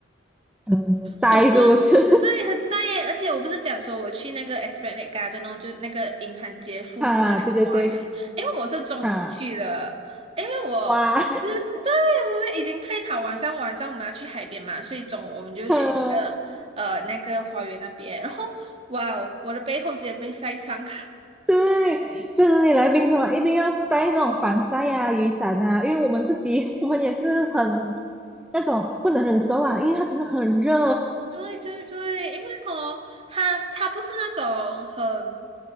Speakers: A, in the centre; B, on the right.
A: 嗯，塞是不是？
B: 很不对，很晒耶！而且我不是讲说我去那个 Esplanade Garden 哦，就那个银行街附近的那个花园，
A: <laughs> 哈、对对对，
B: 因为我是中午去的，
A: 哈、
B: 因为我我是对，
A: 哇，
B: 我们已经 plan 好晚上晚上我们要去海边嘛，所以中午我们就去那个呃那个花园那边，
A: <laughs>
B: 然后哇哦，我的背后直接被晒伤。
A: 对，这里来槟城啊一定要带那种防晒啊、雨伞啊，因为我们自己 <laughs> 我们也是很那种不能忍受啊，因为它真的很热
B: 对对对，因为哦，它它不是那种很